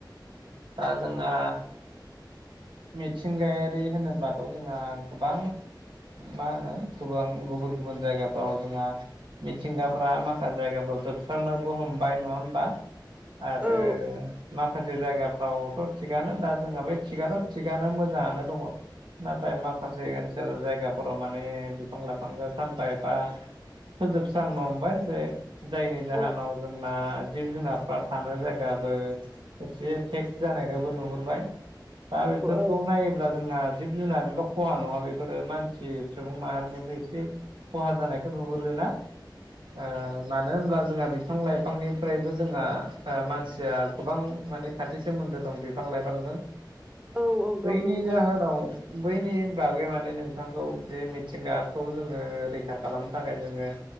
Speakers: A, on the right; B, on the right.
A: दा जोंहा मिथिंगायारि होनोब्लाथ' जोंहा गोबां मा होनो गोबां गुबुन गुबुन जायगाफ्राव जोंहा मिथिंगाफ्रा माखासे जायगाफ्राव जोबस्रांनोबो हमबाय नङा होमबा आरो
B: औ
A: माखासे जायगाफ्रावथ थिगानो दा जोंहा बेै थिगानो थिगानो मोजाङानो दङ नाथाय माखासे ओनसोल जायगा फोराव माने बिफां लाइफांखौ सानफा एफा फोजोबस्रांनो हमबाय जे जायनि जाहोनाव
B: औ
A: जोंना जिब जुनारफ्रा थानो जायगाबो एसे थेक जानायखौबो नुहुरबाय दा बेफोरखौ
B: औ औ
A: नायोब्ला जोंहा जिब जुनारल खहा नङा बेफोरो मानसि सुबुं माहारिनिबो एसे खहा जानायखौ नुहुरोना ओ मानो होनब्ला जोंहा बिफां लाइफांनिफ्रायबो जोंहा मानसिया गोबां माने खाथि सोमोन्दो दं बिफां लाइफांजों
B: औ औ दं
A: बैनि
B: नोंथां
A: जाहोनाव बैनि बागै माने नोंथांखौ बे मिथिंगाखौ जोङो रैखा खालामनो थाखाय जोङो